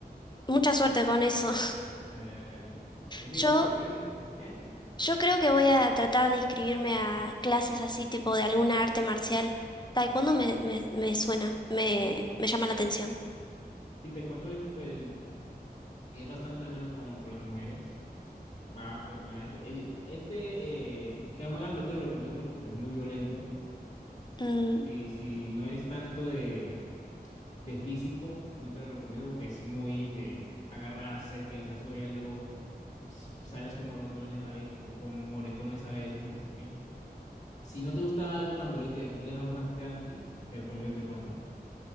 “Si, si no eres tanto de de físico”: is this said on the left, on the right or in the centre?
Left